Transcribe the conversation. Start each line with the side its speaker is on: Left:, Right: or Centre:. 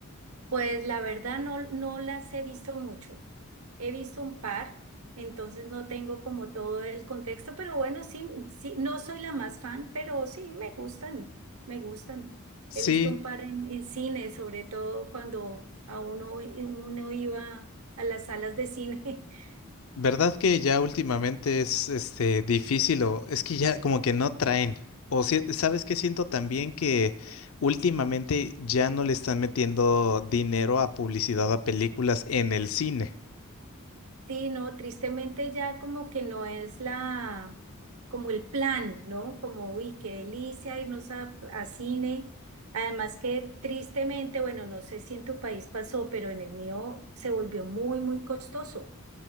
Right: Pues la verdad no, no las he visto mucho. He visto un par, entonces no tengo como todo el contexto, pero bueno, sí, sí, no soy la más fan, pero sí me gustan, me gustan.
Left: Sí,
Right: He visto un par en, en cine, sobre todo cuando a uno, uno iba a las salas de cine <laughs>
Left: verdad que ya últimamente es este difícil o es que ya como que no traen. O si- sabes que siento también que últimamente ya no le están metiendo dinero a publicidad a películas en el cine.
Right: Sí, no, tristemente ya como que no es la, como el plan, ¿no? Como, uy, qué delicia irnos a, a cine. Además que tristemente, bueno, no sé si en tu país pasó, pero en el mío se volvió muy, muy costoso.